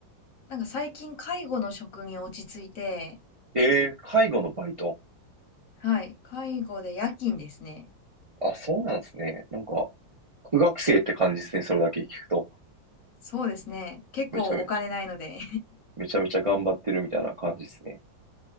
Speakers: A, on the left (about 50°); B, on the right (about 60°).
A: なんか最近介護の職に落ち着いて、
B: えー、介護のバイト。
A: はい。介護で夜勤ですね。
B: あ、そうなんですね。なんか、苦学生って感じですね。それだけ聞くと。
A: そうですね。結構お金ないので。
B: めちゃめちゃ、めちゃめちゃ頑張ってるみたいな感じですね。